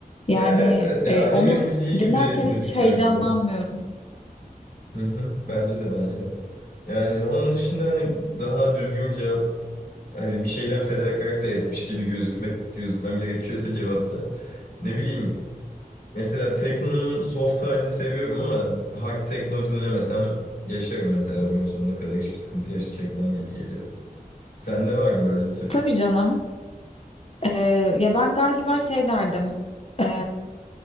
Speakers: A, on the left (about 40°); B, on the left (about 75°).
A: Yani
B: Ya evet evet ya
A: e,
B: anime
A: onu
B: müziği gibi
A: dinlerken
B: müzikler
A: hiç heyecanlanmıyorum.
B: gibi. Hı hı. Bence de bence de. Yani onun dışında hani daha düzgün bir cevap hani bir şeyden fedakarlık da etmiş gibi gözükmek gözükmem gerekiyorsa cevapta. Ne bileyim mesela teknonun soft halini seviyorum ama hard tekno dinlemesem yaşarım mesela ömrümün sonuna kadar hiçbir sıkıntı yaş çekmem gibi geliyor. Sende var mı böyle bir tür?
A: Tabii canım. E, ya ben galiba şey derdim. E,